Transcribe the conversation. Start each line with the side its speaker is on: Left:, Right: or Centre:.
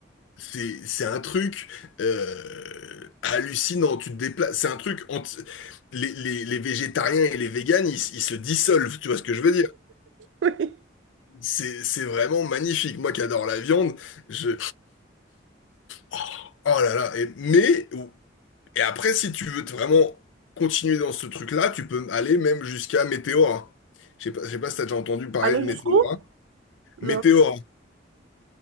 Left: C'est c'est un truc euh, hallucinant. Tu te déplaces. C'est un truc entre les, les- les végétariens et les véganes, ils, s- ils se dissolvent. Tu vois ce que je veux dire?
Right: Oui.
Left: C'est c'est vraiment magnifique. Moi qui adore la viande, je oh, oh là là. Et, mais et après, si tu veux te vraiment continuer dans ce truc-là, tu peux aller même jusqu'à Météora. Je sais pas, je sais pas si t'as déjà entendu parler
Right: Aller
Left: de Météora.
Right: jusqu'où?
Left: Météora.
Right: Non.